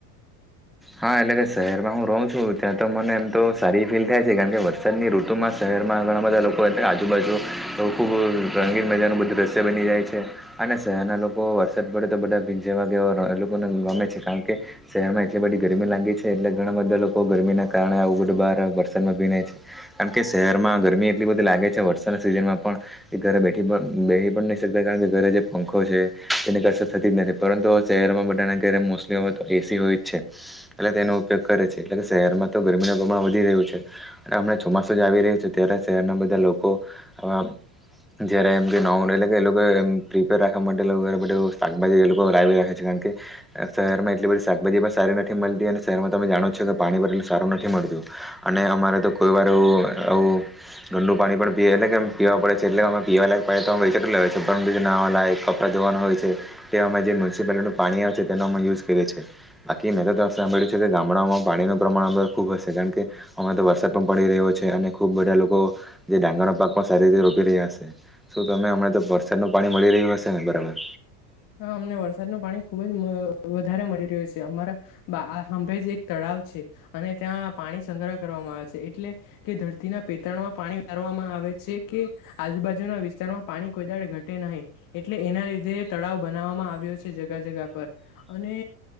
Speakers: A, in the centre; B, on the left.
A: હા, એટલે કે શહેરમાં હું રહું છું ત્યાં તો મને એમ તો સારી ફીલ થાય છે કારણ કે વરસાદની ઋતુમાં શહેર ઘર ના ઘણા બધા લોકો એટલે આજુબાજુ ખુબ રંગીન મજા નું બધું દ્રશ્ય બની જાય છે અને શહેરના લોકો વરસાદ પડે તો બધા ભીંજાવા ગેવા લોકોને ગમે છે કારણ કે શહેરમાં એટલી બધી ગરમી લાગે છે એટલે ઘણા બધા લોકો ગરમીના કારણે આવું બધું બાર વરસાદમાં ભીનાય છે કારણ કે શહેરમાં ગરમી એટલી બધી લાગે છે વરસાદના સિઝનમાં પણ એ ઘરે બેઠી પણ બેહિ પણ નહી શકતા કારણ કે ઘરે જે પંખો છે તેની કઈ અસર થતી જ નથી પરંતુ શહેરમાં બધાને ઘ્યારે મોસ્ટલી હવે તો એસી હોય જ છે એટલે તેનો ઉપયોગ કરે છે એટલે કે શહેરમાં તો ગરમીનું પ્રમાણ વધી રહ્યું છે અને હમણાં ચોમાસું જ આવી રહ્યું છે ત્યારે શહેરના બધા લોકો આવા જયારે એમ કે નાડ એટલે કે એ લોકો એ પ્રિપેર રાખવા માટે લોકો શાકભાજી એ લોકો લાવી રાખે છે કારણ કે શહેર માં એટલી બધી શાકભાજી સારી નથી મળતી અને શહેરમાં તમે જાણો છો કે પાણી ભરે એટલું સારું નથી મળતું અને અમારે તો કોઈ વાર આવું ગંદુ પાણી પણ પીએ એટલે કેમ પીવા પડે છે એટલે અમે પીવાલાયક તો એટલે છે પરંતુ ના કપરા જોવા હોય છે તે અ જે મ્યુનિસિપાલટીનું પાણી આવે છે તેનો અમે યુઝ કરીએ છીએ બાકી મેં તો સાંભળ્યું છે કે ગામડાઓમાં પાણીનું પ્રમાણ અ ખૂબ હશે કારણ કે અમારે તો વરસાદ પણ પડી રહ્યો છે અને ખુબ બધા લોકો જે ડાંગરનો પાક પણ સારી રીતે રોપી રહ્યા હશે શું તમે હમણાં તો વરસાદનો પાક મળી રહ્યું હશે ને બરાબર
B: હા અમને વરસાદનું પાણી ખુબ જ વધારે મળી રહ્યું છે અમારાં હાંભે જ એક તળાવ અને ત્યાં પાણી સંગ્રહ કરવામાં આવે છે એટલે કે ધરતીના પેતરણમાં પાણી ઉતરવામાં આવે આવે છે કે આજુબાજુના વિસ્તારોમાં પાણી કોઈ દાડે ઘટે નહી એટલે એના લીધે તળાવ બનાવવામાં આવ્યો છે જગા જગા પર અને